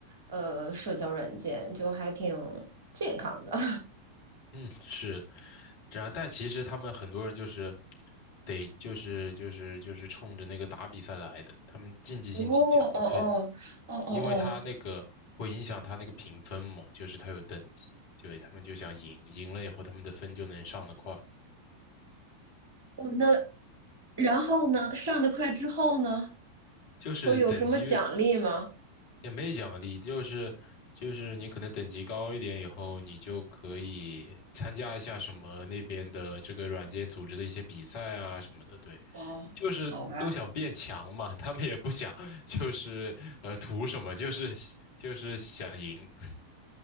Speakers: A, on the right; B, on the left.
A: 呃社交软件，就还挺健康的。<laughs>
B: 嗯，是，然后但其实他们很多人就是得就是就是就是冲着那个打比赛来的，他们竞技性挺强的，
A: 哦哦哦哦哦哦，
B: 还因为他那个会影响他那个评分嘛，就是他有等级，对，他们就想赢，赢了以后他们的分就能上得快，
A: 哦，那然后呢？上的快之后呢？
B: 就是等级越
A: 会有什么奖励吗？
B: 也没奖励，就是就是你可能等级高一点以后，你就可以参加一下什么那边的这个软件组织的一些比赛啊什么的，对，
A: 哦，
B: 就是都想变强嘛，
A: 好吧。
B: 他们也不想就是呃图什么，就是就是想赢，<laughs>